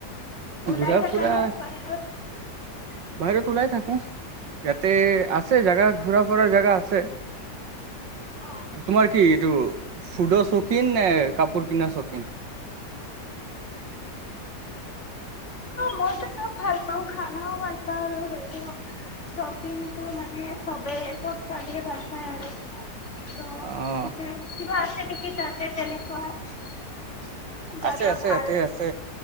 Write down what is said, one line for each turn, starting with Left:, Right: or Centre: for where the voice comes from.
Left: ওলাই
Right: ঘূৰা
Left: থকা
Right: ফুৰা
Left: নে বাহিৰত
Right: বাহিৰত ওলাই থাক ইয়াতে আছে জাগা ঘুৰা ফুৰাৰ জাগা আছে,
Left: অ',
Right: তোমাৰ কি এইটো ফুড শকিন নে কাপোৰ কিনাৰ শকিন
Left: মইতো চব ভাল পাওঁ খানাও ভাল পাওঁ হেৰি শ্বপিং মানে চবেই চব ছোৱালীয়ে ভাল পায় আৰু ত'অ
Right: অ
Left: তঅ, কিবা আছে নেকি তাতে তেনেকুৱা <unintelligible>
Right: আছে আছে
Left: ভাল?
Right: ইয়াতে আছে